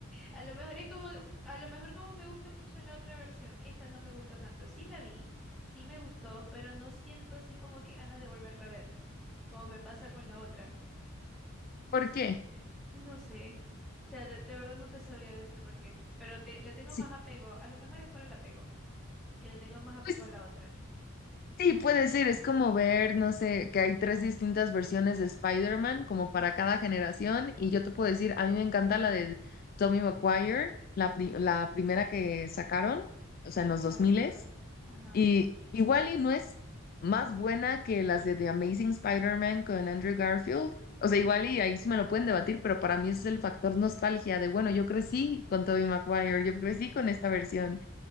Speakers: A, in the centre; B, on the left (about 45°).
A: A lo mejor es como, a lo mejor como me gusta mucho la otra versión, esta no me gustó tanto. Sí la vi, sí me gustó, pero no siento así como que ganas de volverla a ver, como me pasa con la otra. No
B: ¿Por
A: sé,
B: qué?
A: s- eh, no sé. O sea, de, de verdad no te sabría decir por qué, pero te- le tengo
B: Sí,
A: más apego. A lo mejor es por el apego, que le tengo más apego
B: pues
A: a la otra.
B: sí, puede ser. Es como ver, no sé, que hay tres distintas versiones de Spider-Man, como para cada generación. Y yo te puedo decir, a mí me encanta la de Tobey Maguire, la, pri- la primera que sacaron, o sea,
A: Exacto.
B: en los 2000
A: Ajá,
B: Y igual y no es más buena que las de The Amazing Spider-Man con Andrew Garfield. O sea, igual y ahí sí me lo pueden debatir, pero para mí ese es el factor nostalgia de, bueno, yo crecí con Tobey Maguire, yo crecí con esta versión.